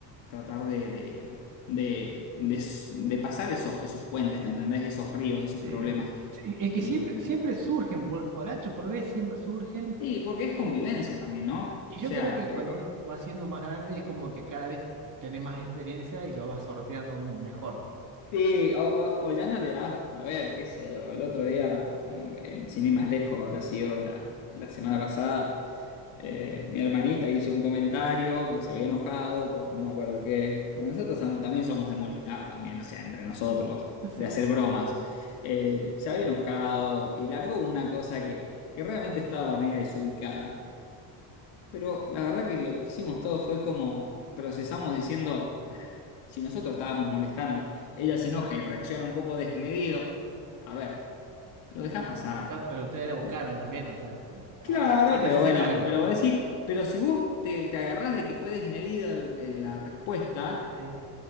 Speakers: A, on the left; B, on the right.
A: tratar de, de, de, de, de pasar esos, esos puentes, ¿me entendés? Esos ríos, esos
B: Sí.
A: problemas.
B: Sí, y- Es que
A: Y,
B: siempre, siempre surgen, por, por H o por B, siempre surgen.
A: y porque es convivencia
B: Y,
A: también, ¿no?
B: y yo
A: O sea,
B: creo que cuando
A: eh,
B: uno va siendo más grande es como que cada vez tenés más experiencia y lo vas sorteando mejor.
A: sí, o, o- o ya no le das, a ver, qué sé yo, el otro día, eh, en- sin ir más lejos, habrá sido la, la semana pasada, eh, mi hermanita hizo un comentario porque se había enojado por no me acuerdo qué. Bueno, Nosotros tam- también somos de molestar también, o sea, entre nosotros,
B: <laughs> Sí.
A: de hacer bromas. Eh, se había enojado y largó una cosa que, que realmente estaba media desubicada. Pero la verdad que lo que hicimos todo fue como procesamos diciendo, "Ah, si nosotros estábamos molestando, ella se enoja y reacciona un poco desmedido. A ver, lo dejás
B: O,
A: pasar.
B: o- o sea, pero ustedes la buscaron
A: No.
B: también, o sea,
A: Claro,
B: hay, hay que
A: pero
B: hacerse
A: bueno,
B: cargo.
A: pero vos decís, pero si vos te, te agarrás de que fue desmedida el- el- la respuesta,
B: Sí.